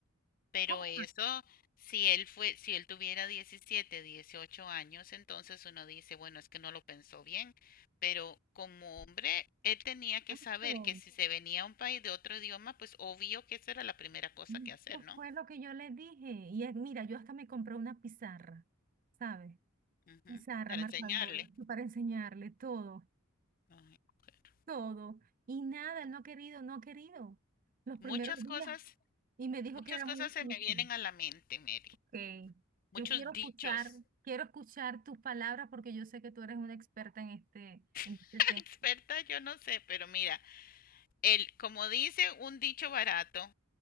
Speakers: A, on the left; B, on the right.
A: Pero
B: ¿Cómo
A: eso, si él fue, si él tuviera 17 18 años, entonces uno dice, bueno, es que no lo pensó bien, pero como hombre, él tenía que
B: hago?
A: saber que si se venía a un país de otro idioma, pues obvio que esa era la primera cosa
B: eso
A: que hacer, ¿no?
B: fue lo que yo le dije. Y es, mira, yo hasta me compré una pizarra, ¿sabes?
A: Ujú,
B: Pizarra,
A: Para
B: marcadores,
A: enseñarle.
B: para enseñarle todo,
A: Ay, mujer.
B: todo. Y nada, él no ha querido, no ha querido. Los primeros
A: Muchas
B: días.
A: cosas,
B: Y me dijo
A: muchas
B: que era
A: cosas
B: muy
A: se
B: difícil.
A: me vienen a la mente, Mary.
B: Ok,
A: Muchos
B: yo quiero escuchar,
A: dichos.
B: quiero escuchar tus palabras porque yo sé que tú eres una experta en este, en
A: <laughs>
B: este tema.
A: Experta, yo no sé, pero mira, el, como dice un dicho barato,